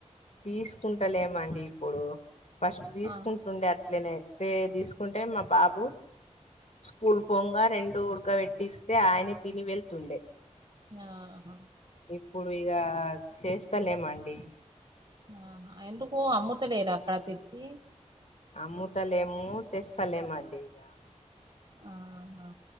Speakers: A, on the left; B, on the right.
A: తీసుకుంటలేమండి ఇప్పుడు ఫస్ట్ తీసుకుంటుండే
B: ఆ
A: అట్లనే తే తీసుకుంటే మా బాబు స్కూల్ పోంగా రెండు ఉడక పెట్టిస్తే ఆయనే తిని వెళ్తుండే
B: ఆహా
A: ఇప్పుడు ఇగ చేస్తలేేమండి
B: ఆహా ఎందుకు అమ్ముతలేరా అక్కడ తెచ్చి
A: అమ్ముతలేము తెస్తలేమండి ర్యా
B: ఆహా